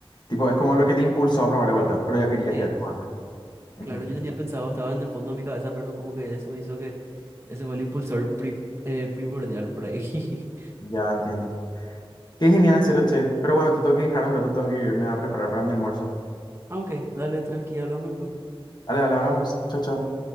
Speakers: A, on the left (about 45°); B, on the right (about 30°).
A: Tipo, es como lo que te impulsó a probar de vuelta, pero ya querías
B: Sí,
A: ya tipo, antes. Ujú,
B: claro, yo tenía pensado, estaba en el fondo de mi cabeza, pero como que eso hizo que ese fue el impulsor pri- eh, primordial por ahí. <laughs>
A: Ya entiendo. Qué genial, en serio, che. Pero bueno, te tengo que dejar un rato, tengo que irme a preparar para mi almuerzo.
B: Ah, ok, dale, tranqui, hablamos pues
A: Dale, dale, hablamos. Chao, chao.